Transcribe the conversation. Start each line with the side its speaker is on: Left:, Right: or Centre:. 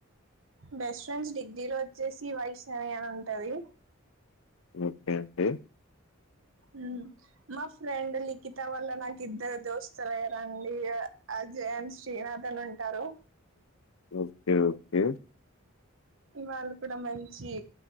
Right: బెస్ట్ ఫ్రెండ్స్ డిగ్రీలో వచ్చేసి వైష్ణవి అని ఉంటది
Left: ఓకే అండి
Right: హ్మ్మ్ మా ఫ్రెండ్ లిఖి త వల్ల నాకు ఇద్దరు దోస్తులు అయ్యారండి అజయన్ శ్రీనాథన్ ఉంటారు
Left: ఓకే ఓకే
Right: వాళ్ళు కూడా మంచి